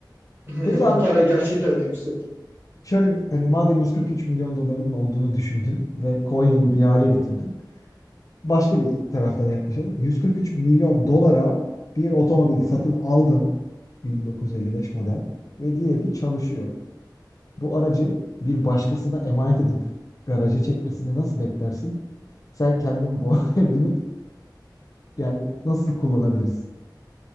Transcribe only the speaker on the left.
Peki
abi
şöyle bir, hani madem 143 milyon doların olduğunu düşündün ve Konya'yı bir hale getirdin. Başka bir taraftan yaklaşalım. 143 milyon dolara bir otomobil satın aldın 1955 model ve diyelim ki çalışıyor. Bu aracı bir başkasına emanet edip garaja çekmesini nasıl beklersin? Sen kendin bu <laughs> arabaya binip yani nasıl kullanabilirsin?